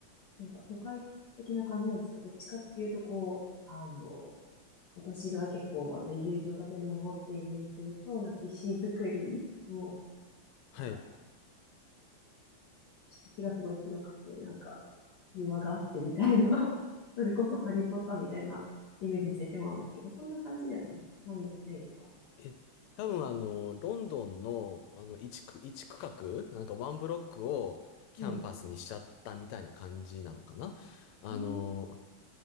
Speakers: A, on the left; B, on the left.
A: なんか都会的な感じなんですかどっちかっていうと、こう、あの、私が結構、あの、イギリスの建物ってイメージすると、なんか石造りの、
B: はい。
A: なんか、敷地がすごい広くて、なんか、庭があってみたいな、<laughs> それこそハリーポッターみたいなイメージしてしまうんですけど、そんな感じではない、ないですか
B: え、多分あの、ロンドンの、あの、一区、一区画、なんかワンブロックをキャンパスにしちゃったみたいな感じなのかなあの、
A: はい。うーん、